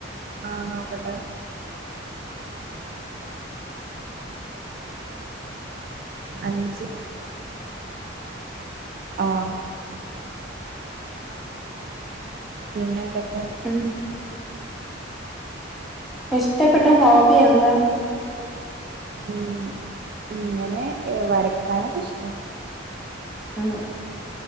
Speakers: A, on the right; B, in the centre.
A: ആഹ് നോക്കട്ടെ. അഞ്ച് ആഹ് പിന്നെന്തൊക്
B: മ് ഇഷ്ടപ്പെട്ട ഹോബി എന്താ?
A: മ് ഇങ്ങനെ ഏഹ് വരക്കാനൊക്കെ ഇഷ്ട.
B: മ്